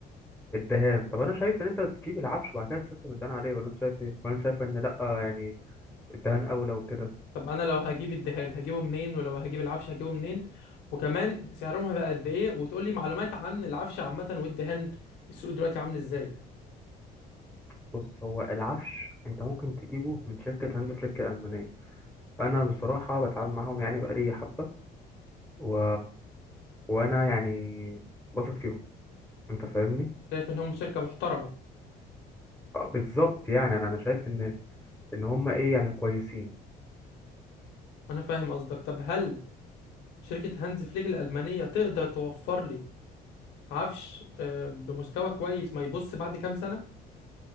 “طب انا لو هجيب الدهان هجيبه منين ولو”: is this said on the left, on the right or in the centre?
Left